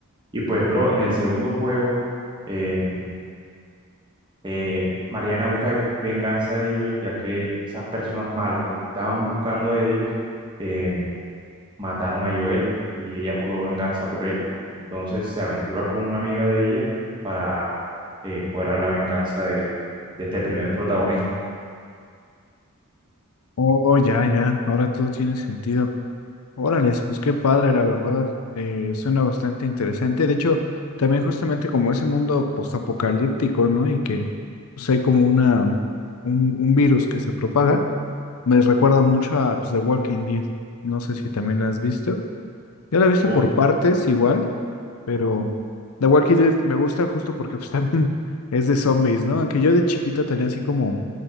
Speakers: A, on the right; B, on the left.
A: Y pues, bro, en el segundo juego, eh, eh, Mariana busca venganza de Joel, ya que esas personas malas que los estaban buscando a ellos, eh, mataron a Joel y ella juró venganza por él. Entonces se aventura con una amiga de ella para eh, cobrar la venganza de, de este primer protagonista.
B: Oh, ya, ya, ahora todo tiene sentido. Órales, pues qué padre, la verdad. Eh, suena bastante interesante. De hecho, también justamente como ese mundo postapocalíptico, ¿no? Y que pues hay como una un, un virus que se propaga, me recuerda mucho a pues, The Walking Dead. No sé si también la has visto. Yo la he visto
A: Uh,
B: por partes igual, pero The Walking Dead me gusta justo porque pues <laughs> también es de zombies, ¿no? Aunque yo de chiquito tenía así como